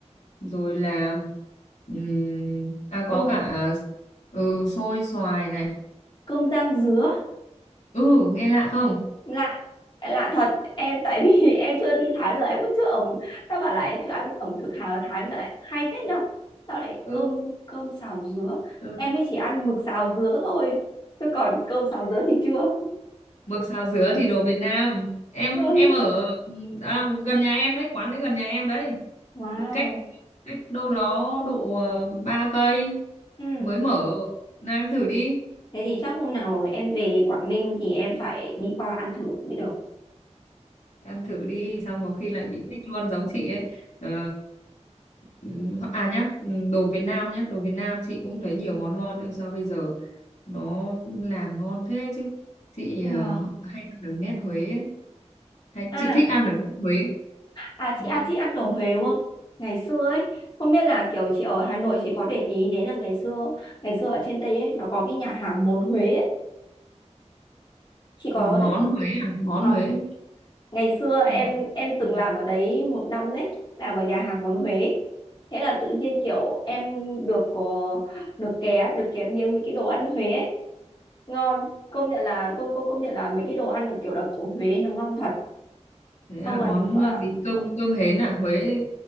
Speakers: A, on the left (about 75°); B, on the left (about 40°).
A: rồi là ừm, à có
B: Cơm
A: cả ừ, xôi xoài này
B: cơm rang dứa.
A: ừ nghe lạ không
B: lạ lạ thật em tại vì <laughs> em chưa đi Thái bao giờ em cũng chưa ẩm ta bảo là em chưa ăn ẩm thực Hà ở Thái mà lại hay phết nhở sao lại
A: ừ
B: cơm cơm xào dứa
A: Ừ.
B: em mới chỉ ăn mực xào dứa thôi chứ còn cơm xào dứa thì chưa
A: Mực xào dứa thì đồ Việt Nam. Em
B: vâng
A: em ở à, gần nhà em đấy, quán đấy gần nhà em đấy.
B: wow
A: Cách cách đâu đó độ ờ, ba cây
B: ừ.
A: mới mở. Nào em thử đi.
B: thế thì chắc hôm nào em về Quảng Ninh thì em phải đi qua ăn thử mới được
A: ăn thử đi xong có khi lại bị thích luôn giống chị ấy ờ, ừm, ho- à nhá ừm, đồ Việt Nam nhá đồ Việt Nam chị cũng thấy nhiều món ngon ơi sao bây giờ nó làm ngon thế chứ chị
B: vâng
A: ờ, hay ăn ở nét Huế ấy. Hay,
B: à
A: chị thích ăn ở nét Huế
B: à
A: Ừm.
B: chị ăn chị ăn đồ Huế đúng không ngày xưa ấy không biết là kiểu chị ở Hà Nội chị có để ý đến là ngày xưa ngày xưa ở trên đây ấy nó có cái nhà hàng món Huế ấy chị
A: Ờ,
B: có
A: món
B: đấy
A: Huế à món
B: vâng
A: Huế
B: ngày xưa em
A: Ừ.
B: em từng
A: Ừ.
B: làm ở đấy một năm đấy làm ở nhà hàng món Huế thế là tự nhiên kiểu em được có được ké được ké miếng mấy cái đồ ăn Huế ấy. ngon công nhận là cô cô công nhận là mấy cái đồ ăn được kiểu là của Huế nó ngon thật
A: thế à
B: xong rồi
A: món
B: ờ,
A: ờ, gì cơm cơm hến à Huế